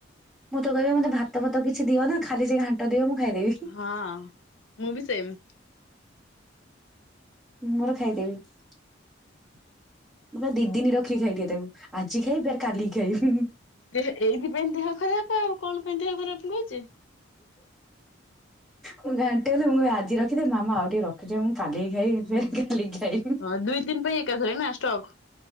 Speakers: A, in the centre; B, on the left.
A: ମୁଁ ତ କହିବି ମତେ ଭା ତମ ତାକୁ କିଛି ଦଅ ନା ଖଲି ଯେ ଘାଣ୍ଟ ଦିଅଁ ଖାଇଦେବି।
B: ହଁ ମୁଁ ବି ସେମ୍।
A: ମୋର ଖାଇଦେବି <inaudible> ଦିଦିନି ର ଖି ଖାଇଦିଏ ତାବୁ ଆଜି ଖାଇବି ଫାର କାଲିି ଖାଇଵି <inaudible>
B: ଏଇଥିପାଇଁ ଦେହ ଖରାପ ଆଉ କଣ ପାଇଁ ଦେହ ଖରାପ ହୁଏ। <inaudible>
A: ମୁଁ ଘାଣ୍ଟ ଗଲେ ମୁଁ ଆଜି ରଖିଦି ମାମା ଆଉ ଟିକେ ରଖିଦେ ମୁଁ କାଲି ଖାଇ
B: ହଁ
A: ଫ କାଲି ଖାଇ <inaudible>
B: ଦୁଇ ଦିନ ପାଇଁ ଏକାଥରେ ନା ଷ୍ଟକ୍